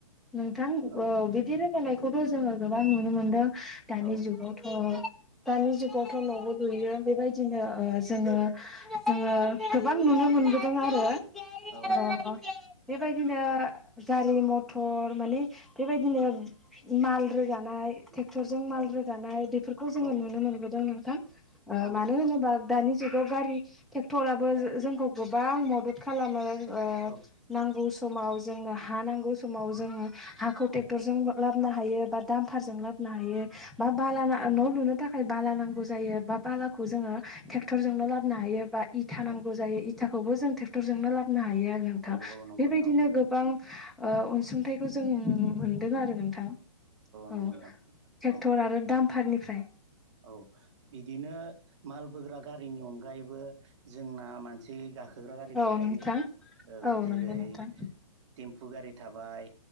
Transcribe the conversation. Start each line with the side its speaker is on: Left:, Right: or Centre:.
Centre: नोंथां अ
Right: औ
Centre: बिदि रोगानायखौथ' जोङो गोबां नुनो मोनदों दानि
Right: औ
Centre: जुगावथ' दानि जुगावथ' न'बो लुयो बेबायदिनो ओ जोङो जोङो गोबां नु नो मोनबोदों आरो
Right: औ
Centre: बेबायदिनो गारि मटर माने बेबायदिनो माल रोगानाय ट्रेक्टरजों माल
Right: औ
Centre: रोगानाय बेफोरखौ जोङो
Right: औ
Centre: नुनो मोनबोदों नोंथां। ओ
Right: औ
Centre: मानो होनोबा दानि जुगाव गारि टेक्टराबो जो-जोंखौ गोबां मदद खालामो। ओ
Right: औ
Centre: नांगौ समाव जोंनो हा नांगौ समाव जोङो हाखौ ट्रेक्टरजों लाबनो हायो बा दामफारजों लाबोनो हायो। बा बाला
Right: औ
Centre: न' लुनो थाखाय बाला नांगौ जायो बा बालाखौ जोङो टेक्टरजोंनो लाबोनो हायो बा इथा
Right: औ
Centre: नांगौ जायो इथाखौबो जों ट्रेक्टरजोंनो लाबोनो हायो आरो नोंथां।
Right: औ औ नंगौ
Centre: बेबायदिनो
Right: नोंथां औ
Centre: गोबां ओ अनसुंथाइखौ जों मोनदों आरो नोंथां।
Right: नंगौ
Centre: औ
Right: नोंथां
Centre: टेक्टर
Right: औ
Centre: आरो दामफारनिफ्राय।
Right: औ बिदिनो माल बोग्रा गारिनि अनगायैबो जोंना मानसि गाखोग्रा गारिबो
Centre: औ
Right: थायो।
Centre: नोंथां
Right: औ जेरै
Centre: नंगौ नोंथां
Right: टेम्फु गारि थाबाय